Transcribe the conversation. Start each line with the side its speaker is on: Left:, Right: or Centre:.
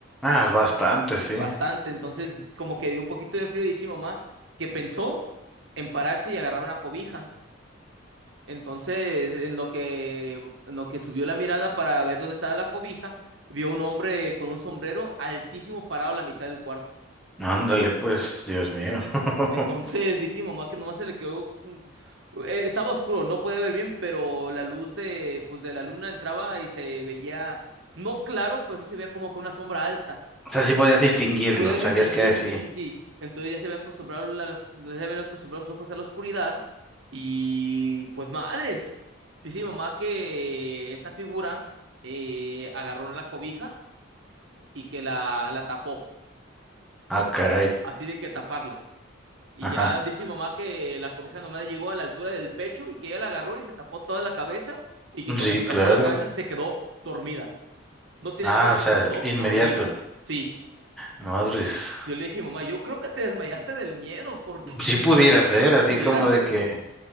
Centre: Ah, es bastante, sí.
Right: bastante. Entonces como que dio un poquito de frío y dice mi mamá que pensó en pararse y agarrar una cobija Entonces, en lo que, en lo que subió la mirada para ver dónde estaba la cobija, vio un hombre con un sombrero altísimo parado a la mitad del cuarto.
Centre: Ándale, pues, Dios mío. <laughs>
Right: Entonces, <laughs> dice mi mamá que nomás se le quedó... mm, eh, estaba oscuro, no podía ver bien, pero la luz de, pues, de la luna entraba y se veía, no claro, pero sí se veía como que una sombra alta.
Centre: O sea, sí podías distinguirlo,
Right: Puedes
Centre: sabías
Right: distinguir,
Centre: que así.
Right: sí, sí, sí. Entonces ya se ve acostumbrado, la- las- ya se ven acostumbrados sus ojos a la oscuridad. Y pues madres. Dice mi mamá que esta figura eh, agarró una la cobija y que la, la tapó.
Centre: Ah, caray.
Right: Así de que taparla. Y
Centre: Ajá.
Right: ya dice mi mamá que la cobija nomás le llegó a la altura del pecho y que ella la agarró y se tapó toda la cabeza. Y que cuando
Centre: Sí,
Right: se tapó
Centre: claro.
Right: la cabeza se quedó dormida. No tiene
Centre: Ah,
Right: sueño
Centre: o
Right: y
Centre: sea,
Right: se quedó
Centre: inmediato.
Right: dormida. Sí.
Centre: Madres.
Right: Yo le dije, mamá, yo creo que te desmayaste del miedo, porque
Centre: Sí pudiera ser, así
Right: pudiera
Centre: como
Right: ser.
Centre: de que,